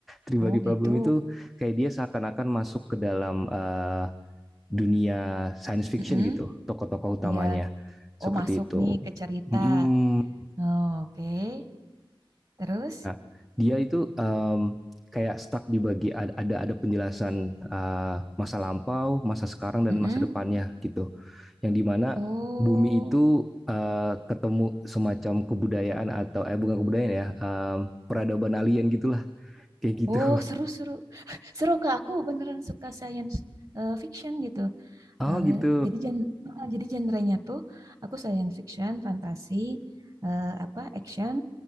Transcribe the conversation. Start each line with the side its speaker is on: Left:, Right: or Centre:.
Centre: Tribadi
Right: Oh
Centre: Prabu
Right: gitu.
Centre: itu kayak dia seakan-akan masuk ke dalam uh, dunia science fiction
Right: Mm-mm.
Centre: gitu, tokoh-tokoh utamanya
Right: Iya.
Centre: seperti
Right: Oh, masuk
Centre: itu.
Right: nih ke cerita.
Centre: Mm-mm.
Right: Oh, Oke. Terus?
Centre: Nah, dia itu um, kayak stuck di bagi ada ada penjelasan uh, masa lampau, masa sekarang dan
Right: Mm-mm.
Centre: masa depannya gitu. yang dimana
Right: Oh,
Centre: bumi itu uh, ketemu semacam kebudayaan atau eh bukan kebudayaan ya um, peradaban alien gitulah kayak
Right: oh
Centre: gitu
Right: seru seru <laughs> seru kak. Aku beneran suka science eh, fiction gitu.
Centre: <laughs> oh
Right: Eh,
Centre: gitu
Right: jadi gen eh, jadi genrenya tuh aku science fiction, fantasi, eh, apa action,